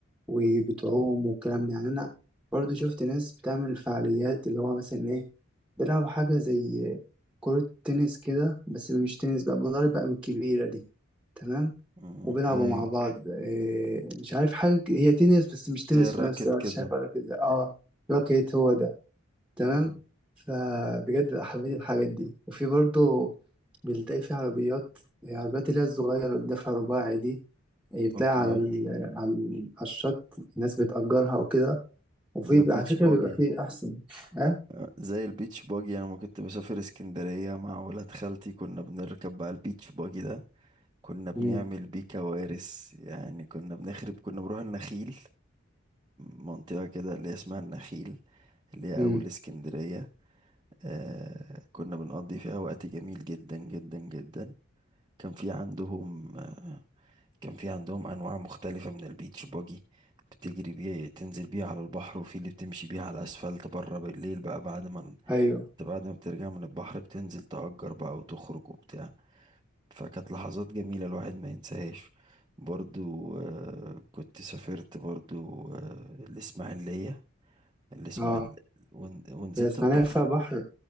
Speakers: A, in the centre; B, on the right.
A: وبتعوم والكلام ده يعني أنا برضو شفت ناس بتعمل فعاليات اللي هو مثلا إيه بيلعبوا حاجة زي كرة تنس كده بس مش تنس بقى بضرب بقى من الكبيرة دي تمام
B: مم،
A: وبيلعبوا
B: زي
A: مع بعض إيه مش عارف حاجة ك- هي تنس بس مش تنس
B: زي الراكت
A: في نفس الوقت
B: كده
A: شايف ولا كده اه راكيت هو ده تمام
B: مم،
A: فبجد بقى حبيت الحاجات دي وفي برضه بتلاقي في عربيات يعني عربيات اللي هي الصغيرة اللي بدفع رباعي دي هي بتلاقي
B: اوكي
A: على ال... على ال- على الشط الناس بتأجرها وكده وفي
B: زي البيتش
A: على فكرة
B: باجي
A: بيبقى فيه أحسن أه؟
B: آه، زي البيتش باجي انا ما كنت بسافر اسكندرية مع ولاد خالتي كنا بنركب بقى البيتش باجي ده كنا بنعمل
A: مم.
B: بيه كوارث يعني كنا بنخرب كنا بنروح النخيل منطقة كده اللي هي اسمها النخيل اللي هي
A: مم.
B: أول اسكندرية آه كنا بنقضي فيها وقت جميل جدا جدا جدا كان في عندهم آه كان في عندهم أنواع مختلفة من البيتش باجي بتجري بيه تنزل بيه على البحر وفي اللي بتمشي بيه على الأسفلت بره بالليل بقى بعد ما انت
A: أيوه
B: بعد ما بترجع من البحر بتنزل تأجر بقى وتخرج وبتاع فكانت لحظات جميلة الواحد ما ينساهاش برضو آه، كنت سافرت برضو آه، الإسماعيلية الإسماعيل
A: أه
B: ون- ونزلت
A: هي إسماعيلية
B: البحر
A: فيها بحر